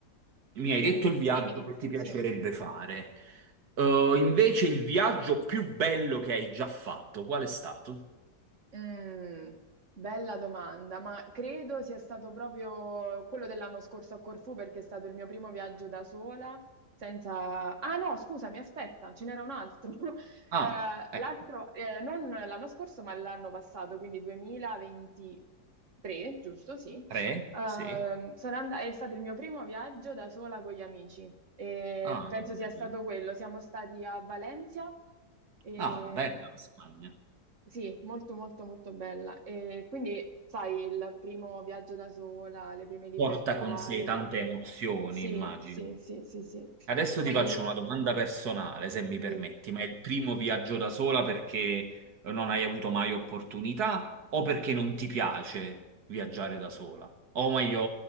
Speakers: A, on the right (about 70°); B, on the right (about 50°).
A: mi hai
B: Dimmi,
A: detto il viaggio
B: dimmi, dimmi.
A: che ti piacerebbe
B: Sì.
A: fare. Eh, invece il viaggio più bello che hai già fatto, qual è stato?
B: Mm, bella domanda, ma credo sia stato proprio quello dell'anno scorso a Corfù perché è stato il mio primo viaggio da sola, senza... Ah no, scusami, aspetta, ce n'era un altro. <laughs>
A: Ah,
B: Eh,
A: eh,
B: l'altro, eh, non l'anno scorso, ma l'anno passato, quindi 2023, giusto? Sì.
A: tre?
B: Ehm,
A: Sì.
B: sono and- È stato il mio primo viaggio da sola con gli amici e
A: Ah,
B: penso
A: che bello.
B: sia stato quello. Siamo stati a Valencia. E
A: Ah, bella la Spagna.
B: sì, molto molto molto bella. E quindi, sai, il primo viaggio da sola, le prime libertà,
A: Porta con sé
B: le
A: tante
B: prime...
A: emozioni,
B: Sì,
A: immagino.
B: sì, sì, sì, sì.
A: Adesso
B: Poi,
A: ti faccio una domanda personale, se mi permetti,
B: dimmi.
A: ma è il primo viaggio da sola perché non hai avuto mai opportunità o perché non ti piace viaggiare da sola? O meglio,